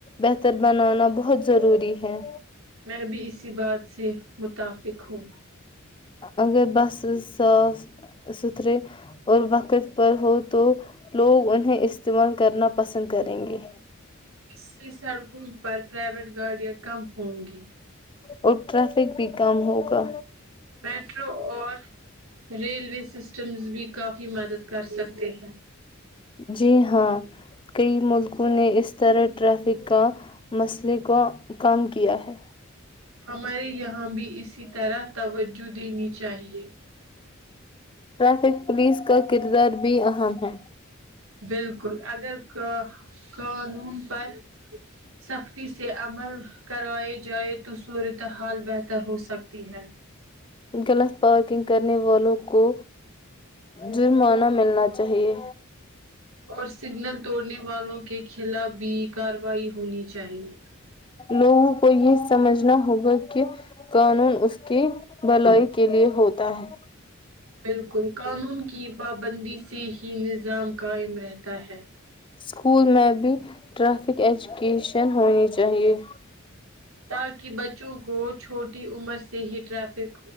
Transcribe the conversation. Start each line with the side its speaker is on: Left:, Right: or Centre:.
Left: بہتر بنانا بہت ضروری ہے
Right: میں بھی اسی بات سے متفق ہوں
Left: اگر بس ساس س تھھر اور وقت پر ہو تو لوگ انہیں استعمال کرنا پسند کریں گے
Right: اس سے سڑکوں پر پرائیویٹ گاڑیاں کم ہوں گی
Left: اور ٹرافک بھی کم ہوگا
Right: میٹرو اور ریلوے سسٹمز بھی کافی مدد کر سکتے ہیں
Left: جی ہاں کئی ملکوں نے اس طرح ٹریفک کا مسئلے کو کم کیا ہے
Right: ہمارے یہاں بھی اسی طرح توجہ دینی چاہیے
Left: ٹریفک پولیس کا کردار بھی اہم ہے
Right: بالکل اگر کا قانون پر سختی سے عمل کرائے جائے تو صورتحال بہتر ہو سکتی ہے
Left: غلط پارکنگ کرنے والوں کو جرمانہ ملنا چاہئے
Right: اور سگنل توڑنے والوں کے خلاف بھی کارروائی ہونی چاہیے
Left: لوگوں کو یہ سمجھنا ہوگا کہ قانون اس کی بھلائی کے لیے ہوتا ہے
Right: بالکل قانون کی پابندی سے ہی نظام قائم رہتا ہے
Left: اسکول میں بھی ٹریفک ایجوکیشن ہونی چاہیے
Right: تاکہ بچوں کو چھوٹی عمر سے ہی ٹریفک